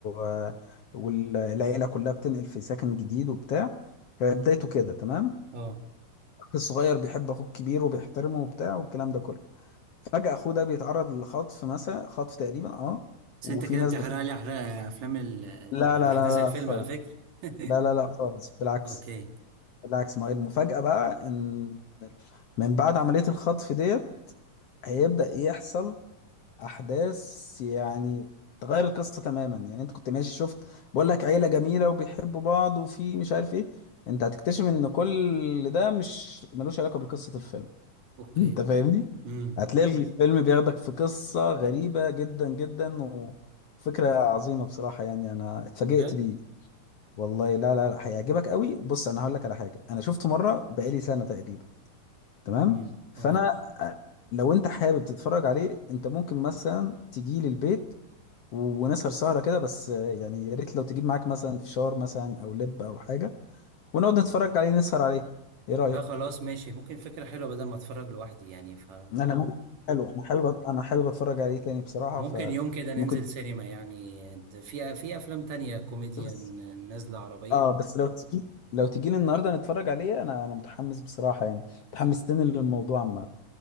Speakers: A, on the left (about 60°); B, on the right (about 70°).
A: آه، والعيلة كلها بتنقل في سكن جديد وبتاع آه، بدايته كده تمام
B: اه
A: اخ الصغير بيحب اخوه الكبير وبيحترمه وبتاع والكلام ده كله فجأة اخوه ده بيتعرض للخطف مثلا خطف تقريبا اه
B: بس
A: وفي
B: انت كده
A: ناس
B: بتحرق
A: بت...
B: لي احرق افلام ال... ال-
A: لا
B: احداث
A: لا لا
B: الفيلم
A: لا خالص
B: على فكرة <laughs>
A: لا لا لا خالص بالعكس
B: اوكي
A: بالعكس ما هي المفاجأة بقى ان من بعد عملية الخطف ديت هيبدأ يحصل احداث يعني تغير القصه تماما يعني انت كنت ماشي شفت بقول لك عيله جميله وبيحبوا بعض وفي مش عارف ايه انت هتكتشف ان كل ده مش ملوش علاقه بقصه الفيلم <laughs>
B: اوكي
A: انت فاهمني
B: امم
A: هتلاقي الفيلم بياخدك في قصه غريبه جدا جدا وفكره عظيمه بصراحه يعني انا اتفاجئت
B: بجد
A: بيه والله لا لا لا هيعجبك قوي بص انا هقول لك على حاجه انا شفته مره بقالي سنه تقريبا تمام
B: تمام
A: فانا
B: تمام
A: آه، لو انت حابب تتفرج عليه انت ممكن مثلا تجي لي البيت و- ونسهر سهرة كده بس آه، يعني يا ريت لو تجيب معاك مثلا فشار مثلا أو لب أو حاجة ونقعد نتفرج عليه نسهر عليه إيه رأيك؟
B: لا خلاص ماشي ممكن فكرة حلوة بدل ما اتفرج لوحدي يعني ف
A: أنا ممكن حلو أنا حابب أنا حابب أتفرج عليه تاني بصراحة
B: وممكن
A: فممكن
B: يوم كده ننزل سينما يعني د- في في افلام تانية كوميديا
A: بس
B: ن- نازلة عربية
A: آه بس لو تجي لو تجي لي النهاردة نتفرج عليه أنا أنا متحمس بصراحة يعني متحمستني للموضوع عامة